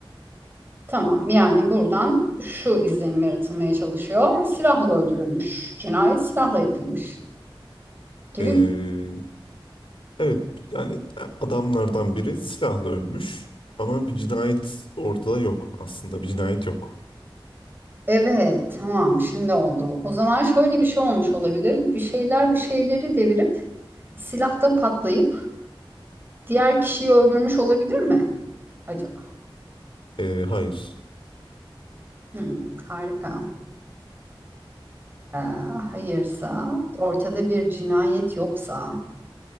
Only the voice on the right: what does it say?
Tamam yani buradan şu izlenim yaratılmaya çalışıyor. Silahla öldürülmüş. Cinayet silahla yapılmış gibi.
Evet tamam şimdi oldu. O zaman şöyle bir şey olmuş olabilir. Bir şeyler bir şeyleri devirip silahta patlayıp diğer kişiyi öldürmüş olabilir mi acaba?
Hmm, harika. e, hayırsa, ortada bir cinayet yoksa,